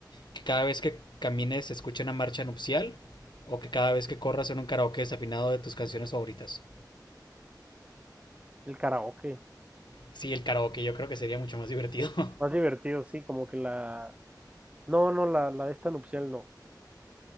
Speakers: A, on the left; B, on the right.
A: ¿Que cada vez que camines se escuche una marcha nupcial o que cada vez que corras en un karaoke desafinado de tus canciones favoritas?
B: El karaoke,
A: Sí, el karaoke yo creo que sería mucho más divertido. <laughs>
B: más divertido, sí, como que la... No, no, la, la de esta nupcial no,